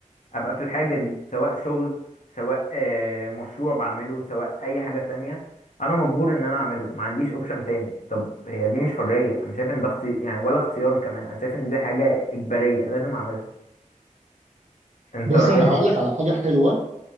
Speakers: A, on the left; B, on the right.
A: ابقى في الحاجة دي سواء شغل سواء آه، مشروع بعمله سواء اي حاجة تانية انا مجبور ان انا اعمله ما عنديش اوبشن تاني طب هي دي مش حرية انا شايف ان ده اختي... يعني ولا اختيار كمان انا شايف ان دي حاجة اجبارية لازم اعملها انت
B: بص
A: رأيك
B: أنا هقول
A: ايه
B: لك على حاجة حلوة